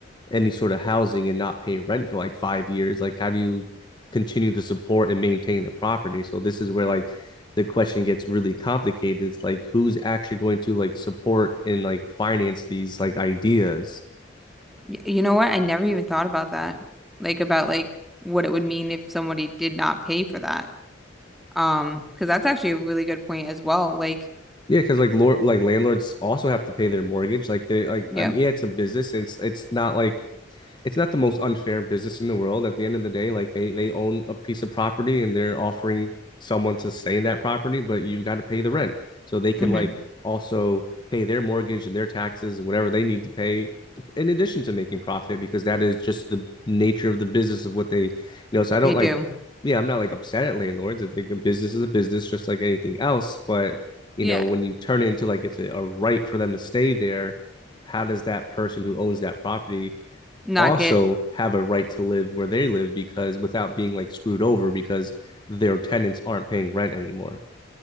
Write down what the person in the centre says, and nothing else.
y you know what? I never even thought about that. Like about like what it would mean if somebody did not pay for that. Um, because that's actually a really good point as well. Like,
yep.
hmm
They
do.
Yeah.
Not
get